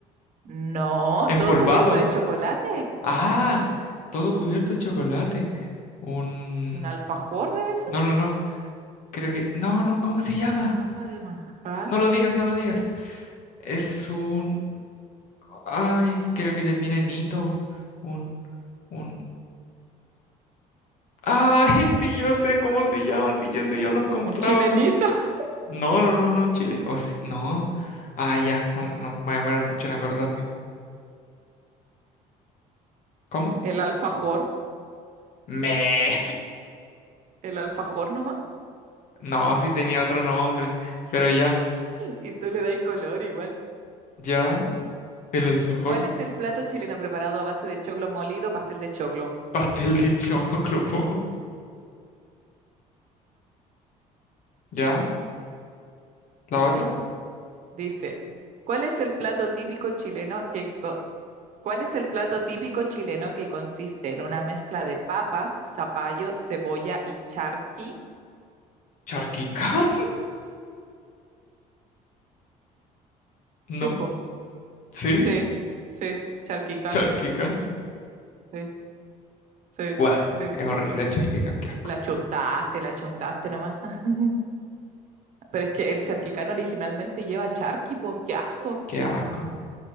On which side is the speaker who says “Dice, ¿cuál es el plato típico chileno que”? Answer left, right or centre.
Right